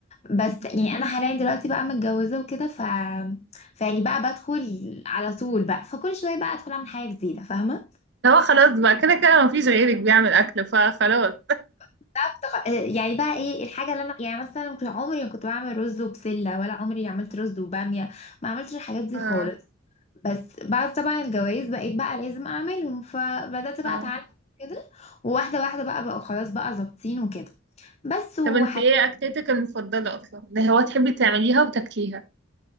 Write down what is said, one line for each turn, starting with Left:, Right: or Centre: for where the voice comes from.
Left: بس يعني انا حاليا دلوقتي بقى متجوزه وكده ف فيعني بقى بدخل على طول بقى فكل شويه بقى ادخل اعمل حاجه جديده فاهمه
Right: اللي هو خلاص بقى كده كده مفيش غيرك بيعمل اكل فخلاص
Left: بقى بتغ... آه، يعني بقى ايه الحاجه اللي انا يعني مثلا كنت عمري ما كنت بعمل رز وبسله ولا عمري عملت رز وباميه ما عملتش الحاجات
Right: <laughs>
Left: دي
Right: اه
Left: خالص بس بعد طبعا الجواز بقيت بقى لازم اعملهم فبدأت بقى
Right: اه
Left: اتعلم كده وواحدة واحدة بقى بقى خلاص بقى ظابطين وكده بس وح...
Right: طب انت ايه اكلتك المفضلة اصلا ده هو تحبي تعمليها وتاكليها